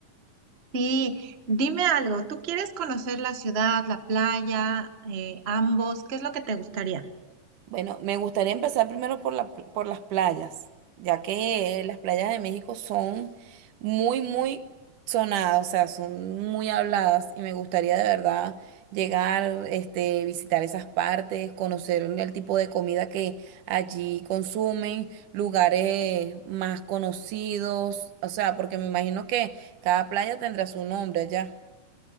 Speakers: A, on the right; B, on the right.
A: Sí, dime algo. ¿Tú quieres conocer la ciudad, la playa, eh, ambos? ¿Qué es lo que te gustaría?
B: Bueno, me gustaría empezar primero por la- por las playas, ya que eh, las playas de México son muy, muy sonadas, o sea, son muy habladas y me gustaría de verdad llegar, este, visitar esas partes, conocer el tipo de comida que allí consumen, lugares más conocidos, o sea, porque me imagino que cada playa tendrá su nombre allá.